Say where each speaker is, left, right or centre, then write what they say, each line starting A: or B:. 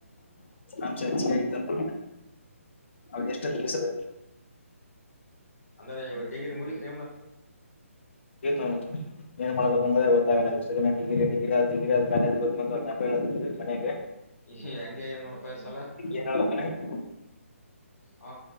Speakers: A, on the left (about 50°); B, on the left (about 75°).
A: ಅಂಶ ಹೆಚ್ಚಿಗೆ ಆಗಿತ್ತಂತ ಅವ್ರ ಎಷ್ಟತ್ತು ಬಿಸರು
B: ಹಂಗರಡಿಗ್ರಿ ಮುಗೀತು
A: <unintelligible> ಮಾಡ್ಬೇಕಂಬ ಗೊತ್ತಾಗಲ್ಲ ಡಿಗ್ರಿಡಿಗಿ ಅ ಡಿಗಿ ಆದ ಕಾಲೇಜ ಗಾ ಸಿವಿ ಮನೆಗೆ
B: ಈ ಹಂಗ ಏನ್ ನೋಡ್ಪ ಸಲಾ
A: ಏನ್ ಹೇಳ್ಬೇಕ್ ಅನ್ನಂಗೆ
B: ಹ